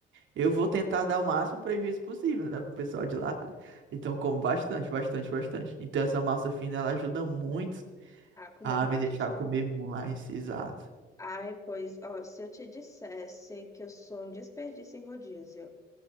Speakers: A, on the right; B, on the left.
A: eu vou tentar dar o máximo prejuízo possível, né, pro pessoal de lá. <laughs> Então eu como bastante, bastante, bastante. Então essa massa fina ela ajuda muito
B: ah, comer
A: a
B: mais,
A: me deixar
B: né?
A: comer mais, exato.
B: Ai, pois, ó, se eu te dissesse que eu sou um desperdício em rodízio,